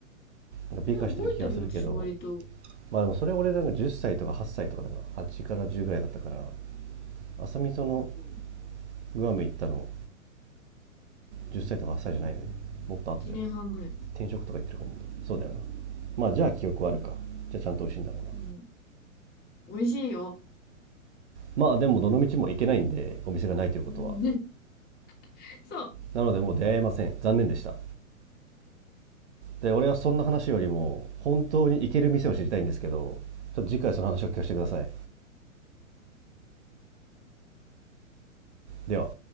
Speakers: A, on the right (about 55°); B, on the left (about 20°).
A: なんか美化してる気がするけど
B: え、覚えてるよ、私割と。
A: まあでもそれ俺なんか10歳とか8歳とかだから8から10ぐらいだったから朝味その
B: うん。
A: グアム行ったの10歳とか8歳じゃないよねもっと後だよね
B: 一年半ぐらい。
A: 転職とか行ってるかもそうだよなまあじゃあ記憶はあるかじゃあちゃんと美味しいんだろうな
B: うん。うん。美味しいよ。
A: まあでもどの道も行けないんでお店がないということは
B: うんね、<laughs> そう。
A: なのでもう出会えません残念でしたで俺はそんな話よりも本当に行ける店を知りたいんですけどちょっと次回その話を聞かせてくださいでは